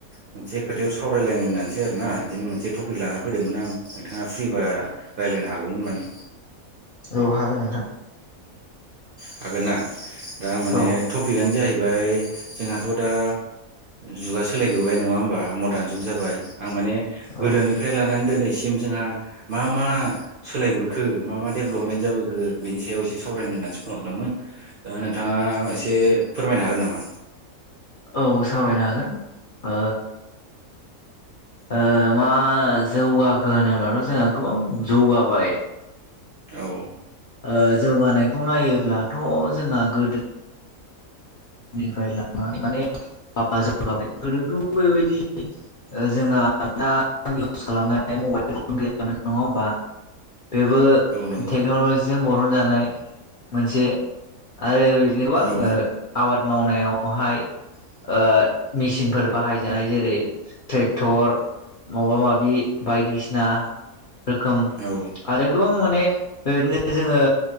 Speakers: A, on the right; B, on the left.
A: मोनसे खोथायाव सावरायलायनो होननानैसो आर ना बिदिनो मोनसे टपिक लानानै फैदोंमोन आं नोंथाङा फ्रिबा रायलायनो हागौमोन माने
B: औ हागोन नोंथां
A: हागोनना दा माने
B: औ
A: टपिकआनो जाहैबाय जोंहाथ' दा जुगा सोलायबोबाय नङा होमबा मदार्न जुग जाबाय आं माने
B: औ।
A: गोदोनिफ्राय लानानै दिनैसिम जोंहा मा मा सोलायबोखो मा मा डेभेलपमेन्ट जाबोखो बेनि सायाव एसे सावरायनो होननानैसो फनहरदोंमोन दा नोंथाङा एसे फोरमायनो हागोन नामा
B: औ सावरायनो हागोन ओ ओ मा जौगाखो होनोब्लाथ' जोंहा गोबां जौगाबाय
A: औ
B: ओ जौगानायखौ नायोब्लाथ' जोंना गोदो निफ्राय लनानै माने बाबा जौगाबाय गोदोथ बेबायदि ओ जोंना दा इउस खालामनाय मबाइल फन गैयामोन नङा होमबा बेबो
A: औ नंगौ
B: टेक्न'लजिजों बरहन जानाय मोनसे <unintelligible> जेनेबा
A: औ
B: ओ आबाद मावनायावहाय ओ मेसिनफोर बाहायजानाय जेरै ट्रेक्टर माबा माबि बि बायदिसिना रोखोम
A: औ
B: आरो गोबां माने बेबायदिनो जोङो